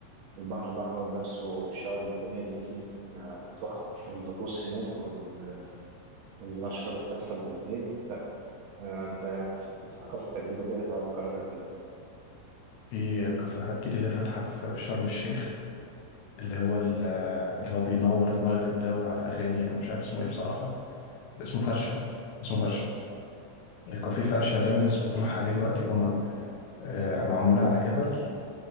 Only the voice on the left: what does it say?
في كافيهات جديده فاتحه في في شرم الشيخ اللي هو ال- اللي هو بينور المغرب ده على اغاني انا مش عارف اسمه ايه بصراحه اسمه فرشة اسمه فرشة الكوفي فرشة ده الناس بتروح عليه دلوقتي أمم آه، معمول على جبل